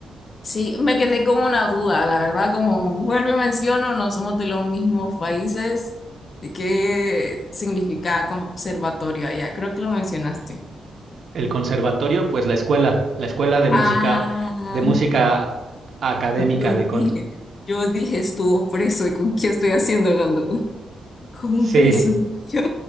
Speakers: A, on the left; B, on the right.
A: sí, me quedé con una duda, la verdad, como vuelvo y menciono, no somos de los mismos países. ¿De qué significa conservatorio allá? Creo que lo mencionaste.
B: El conservatorio, pues la escuela, la escuela de música,
A: Ah,
B: de música académica
A: yo
B: de
A: dije,
B: con...
A: yo dije estuvo preso y con quién estoy haciendo hablando con, con
B: Sí.
A: un preso. Yo,